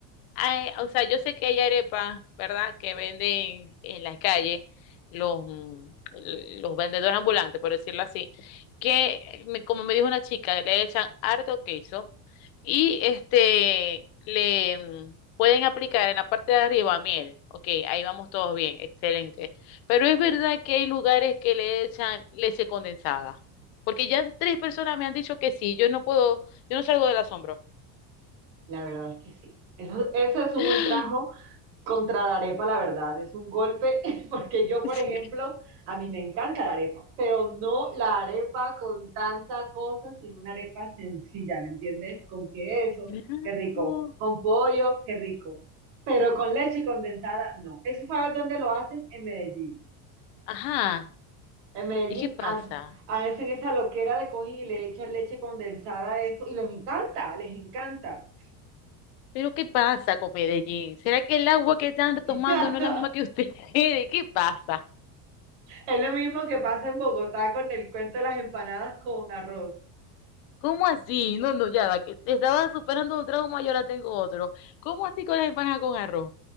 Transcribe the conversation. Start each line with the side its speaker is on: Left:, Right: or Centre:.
Left: Ay, o sea, yo sé que hay arepas, ¿verdad? Que venden en las calles los, mm, los vendedores ambulantes, por decirlo así, que me- como me dijo una chica, le echan harto queso y este le mm, pueden aplicar en la parte de arriba miel. Ok, ahí vamos todos bien, excelente. Pero es verdad que hay lugares que le echan leche condensada, porque ya tres personas me han dicho que sí, yo no puedo, yo no salgo del asombro.
Right: La verdad es que sí. Eso, eso es un
Left: <laughs>
Right: ultrajo
Left: <gasps>
Right: Contra la arepa, la verdad, es un golpe, <laughs> porque yo, por
Left: Sí,
Right: ejemplo, a mí me encanta la arepa, pero no la arepa con tanta cosa, sino una arepa sencilla, ¿me entiendes? Con queso,
Left: Claro,
Right: qué rico, con pollo, qué rico, pero con leche condensada, no. ¿Eso sabes dónde lo hacen? En Medellín.
Left: Ajá,
Right: En Medellín
Left: ¿y qué pasa?
Right: hacen hacen esa loquera de cogen y le echan leche condensada a eso, y les encanta, les encanta.
Left: ¿Pero qué pasa con Medellín? ¿Será que el agua que están
Right: <laughs>
Left: tomando no es la misma que ustedes? <laughs> ¿Qué pasa?
Right: Es lo mismo que pasa en Bogotá con el cuento de las empanadas con arroz.
Left: ¿Cómo así? No, no, ya va, que te estaba superando un trauma y ahora tengo otro. ¿Cómo así con las empanadas con arroz?